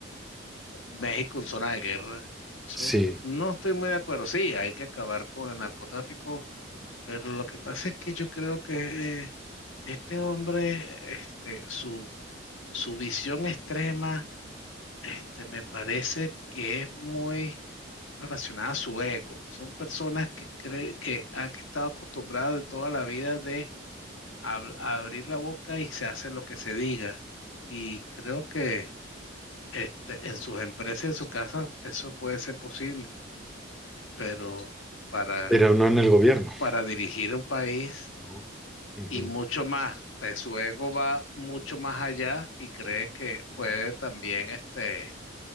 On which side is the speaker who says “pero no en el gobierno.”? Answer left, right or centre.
Centre